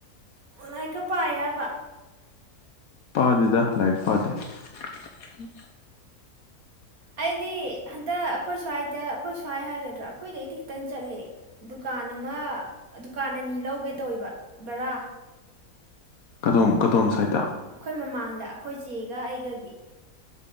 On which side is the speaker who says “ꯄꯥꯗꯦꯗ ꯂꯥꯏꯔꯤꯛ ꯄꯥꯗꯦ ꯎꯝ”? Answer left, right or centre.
Left